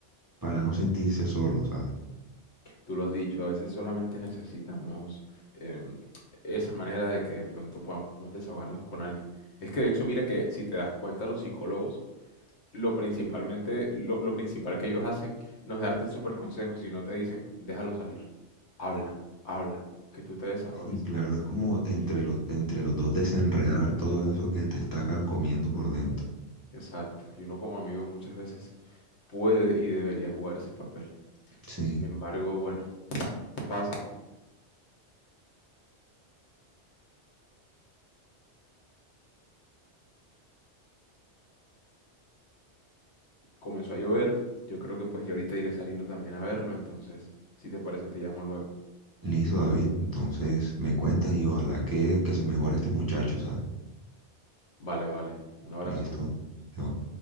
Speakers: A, on the right; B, on the left.
A: para no sentirse solos, ¿sabes?
B: tú lo has dicho, a veces solamente necesitamos em, esa manera de que de pronto podamos desahogarnos con alguien. Es que de hecho, mira que si te das cuenta, los psicólogos, lo principalmente, lo, lo principal que ellos hacen no es darte el super consejo, sino te dicen, déjalo salir, habla, habla, que tú te desahogues.
A: Y claro, es como
B: Y-
A: entre los, entre los dos desenredar todo eso que te está carcomiendo por dentro.
B: Exacto, y uno como amigo muchas veces puede y debería jugar ese papel.
A: Sí,
B: Sin embargo, bueno, pasa. Comenzó a llover. Yo creo que pues y ahorita iré saliendo también a verlo. Entonces, si te parece, te llamo luego.
A: listo, David. Entonces me cuentas y ojalá que, que se mejore este muchacho, ¿sabes?
B: Vale, vale. Un abrazo,
A: Listo.
B: Hugo.
A: Chao.